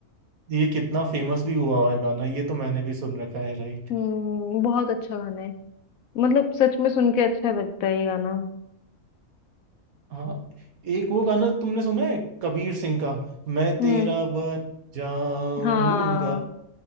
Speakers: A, on the right; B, on the left.
A: ये कितना फेमस भी हुआ हुआ है गाना ये तो मैंने भी सुन रखा है राइट
B: हम्म बहुत अच्छा गाना है मतलब सच में सुन के अच्छा लगता है ये गाना
A: हाँ एक वो गाना तुमने सुना है कबीर सिंह का मैं
B: हम्म
A: तेरा बन जाऊंगा
B: हाँ